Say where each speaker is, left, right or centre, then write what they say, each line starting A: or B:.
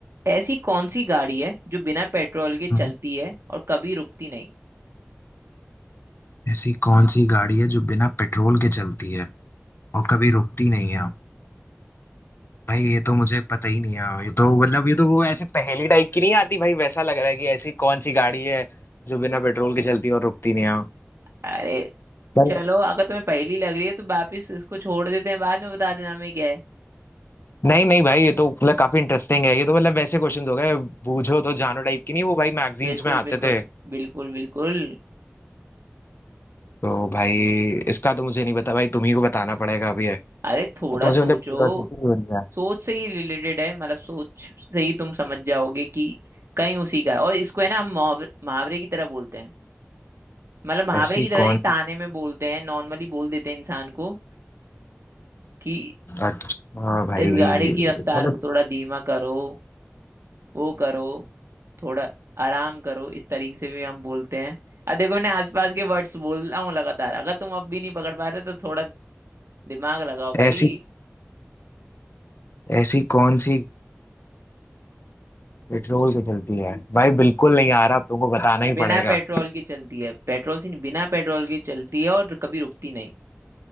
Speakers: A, on the right; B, on the left.
A: ऐसी कौन सी गाड़ी है जो बिना पेट्रोल के
B: हाँ।
A: चलती है और कभी रुकती नहीं
B: ऐसी कौन सी गाड़ी है जो बिना पेट्रोल के चलती है और कभी रुकती नहीं है भाई ये तो मुझे पता ही नहीं है ये तो मतलब ये तो वो ऐसे पहेली टाइप की नहीं आती भाई वैसा लग रहा है कि ऐसी कौन सी गाड़ी है जो बिना पेट्रोल के चलती है और रुकती नहीं है
A: अरे
B: भाई
A: चलो अगर तुम्हें पहली लग रही है तो वापिस इसको छोड़ देते हैं बाद में बता देना हमें क्या है
B: नहीं नहीं भाई ये तो मतलब काफी इंटरेस्टिंग है ये तो मतलब वैसे क्वेश्चंस हो गए बूझो तो जानो टाइप की नहीं वो भाई मैगजीन्स
A: बिल्कुल
B: में आते
A: बिल्कुल
B: थे
A: बिल्कुल बिल्कुल
B: तो भाई इसका तो मुझे नहीं पता भाई तुम ही को बताना पड़ेगा अभी है
A: अरे थोड़ा
B: अब तो मुझे
A: सोचो
B: मतलब क्यूरियोसिटी हो रही है
A: सोच से ही रिलेटेड है मतलब सोच से ही तुम समझ जाओगे कि कहीं उसी का है। और इसको है ना हम मुहावरे मुहावरे की तरह बोलते हैं मतलब मुहावरे
B: ऐसी
A: की तरह
B: कौन
A: नहीं ताने
B: सी
A: में बोलते हैं नॉर्मली बोल देते हैं इंसान को कि
B: अच्छा भाई
A: इस गाड़ी की रफ्तार
B: मतलब
A: को थोड़ा धीमा करो वो करो थोड़ा आराम करो इस तरीके से भी हम बोलते हैं अब देखो मैंने आसपास के वर्ड्स बोल रहा हूँ लगातार अगर तुम अब भी नहीं पकड़ पा रहे हो, तो थोड़ा दिमाग लगाओ भाई
B: ऐसी ऐसी कौन सी पेट्रोल से चलती है भाई बिल्कुल नहीं आ रहा अब तुमको बताना ही
A: बिना
B: पड़ेगा
A: पेट्रोल की चलती है पेट्रोल से नहीं बिना पेट्रोल की चलती है और कभी रुकती नहीं